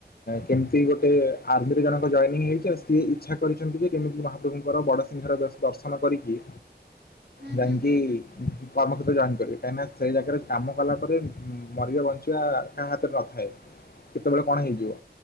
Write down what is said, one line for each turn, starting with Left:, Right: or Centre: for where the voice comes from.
Left: କେମିତି ଗୋଟେ ଆର୍ମିରେ ଜଣକ ଜଏନିଂ ହେଇଛି ଆଉ ସିଏ ଇଚ୍ଛା କରିଛନ୍ତି ଯେ କେମିତି ମହାପ୍ରଭୁଙ୍କର ବଡ଼ସିଂହହାର ଦର୍ଶନ କରିକି
Right: ହୁଁ। ହୁଁ
Left: ବାଙ୍କୀ
Right: ହୁଁ ହୁଁ ହୁଁ ହୁଁ ହୁଁ ହୁଁ
Left: କର୍ମକ୍ଷେତ୍ର ଜଏନ କରିବେ କାହିଁକିନା ସେଇ ଜାଗାରେ କାମ କଲା ପରେ ମରିବା ବଞ୍ଚିବା କାହା ହାତରେ ନଥାଏ। କେତେବେଳେ କଣ ହେଇଯିବ